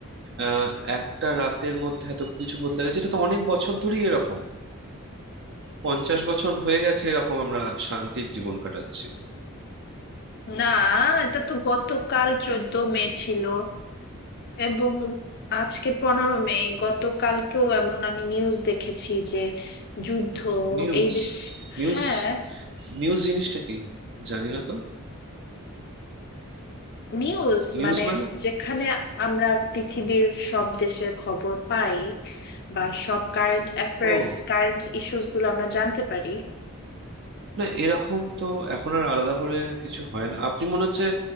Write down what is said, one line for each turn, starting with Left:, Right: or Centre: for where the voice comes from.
Right: আহ একটা রাতের মধ্যে এত কিছু বদলে গেছে এটা তো অনেক বছর ধরেই এরকম পঞ্চাশ বছর হয়ে গেছে এরকম আমরা শান্তির জীবন কাটাচ্ছি
Left: না এটা তো গতকাল চোদ্দ মে ছিল এবং আজকে পনেরো মে গতকালকেও এমন আমি নিউজ দেখেছি যে যুদ্ধ
Right: নিউজ
Left: এই দেশ
Right: নিউজ
Left: হ্যাঁ
Right: নিউজ জিনিসটা কি জানি না তো
Left: নিউজ
Right: নিউজ
Left: মানে
Right: মানে
Left: যেখানে আমরা পৃথিবীর সব দেশের খবর পাই বা সব কারেন্ট অ্যাফেয়ার্স
Right: ও
Left: কারেন্ট ইস্যুস গুলো আমরা জানতে পারি
Right: না এরকম তো এখন আর আলাদা করে কিছু হয় না আপনি মনে হচ্ছে